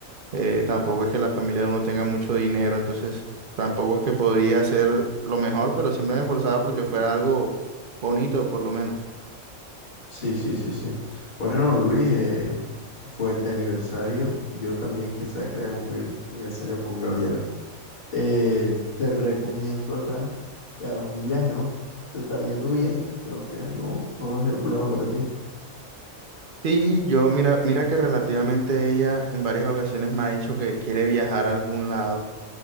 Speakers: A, on the right; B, on the left.
A: eh, tampoco es que la familia de uno tenga mucho dinero, entonces tampoco es que podría ser lo mejor, pero siempre me esforzaba porque fuera algo bonito, por lo menos.
B: Sí, sí, sí, sí. Bueno, Luis, eh, pues de aniversario, yo también quizás voy a cumplir aniversario con Gabriela. eh, te recomiendo acá que hagas un viaje, ¿no? Te está yendo bien, creo que no, no va a ser problema para ti.
A: Sí, yo mira, mira que relativamente ella en varias ocasiones me ha dicho que quiere viajar a algún lado.